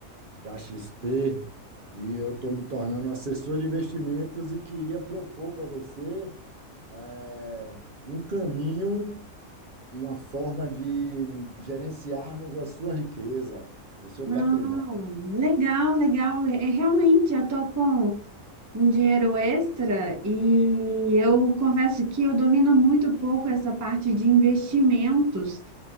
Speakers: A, on the right (about 45°); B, on the right (about 20°).
A: da XP e eu estou me tornando um assessor de investimentos e queria propor para você é, um caminho, uma forma de gerenciarmos a sua riqueza, o seu
B: Não,
A: patrimônio.
B: legal, legal. É, é, realmente, eu tô com um dinheiro extra e eu confesso que eu domino muito pouco essa parte de investimentos.